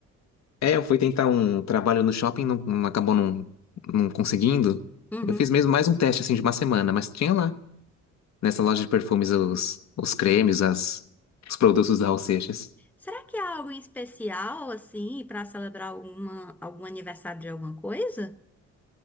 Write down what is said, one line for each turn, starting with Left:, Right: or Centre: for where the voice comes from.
Left: É, eu fui tentar um trabalho no shopping, não, não acabou não, não conseguindo.
Centre: Uhum.
Left: Eu fiz mesmo mais um teste assim de uma semana, mas tinha lá, nessa loja de perfumes, os, os cremes, as, os produtos da Raul Seixas.
Centre: Será que há algo em especial, assim, para celebrar alguma, algum aniversário de alguma coisa?